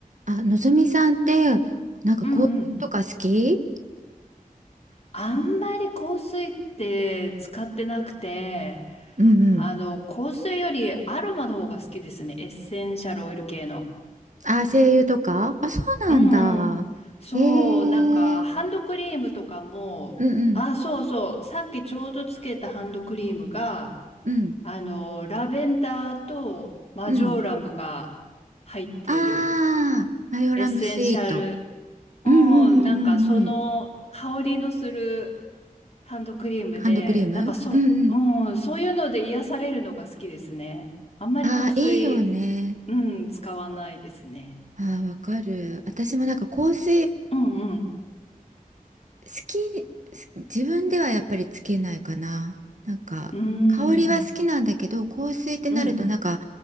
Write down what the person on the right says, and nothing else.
あ、のぞみさんって、なんかこうとか好き
うんうん。
あ、声優とかあ、そうなんだ。
へえ。
うん
うん
うん
うん。ああ、マヨラムスイート。
うんうんうんうんうん。
ハンドクリームうんうん。
ああいいよね。
ああわかる。私もなんか香水
好き、自分ではやっぱりつけないかな。なんか香りは好きなんだけど、
香水ってなるとなんか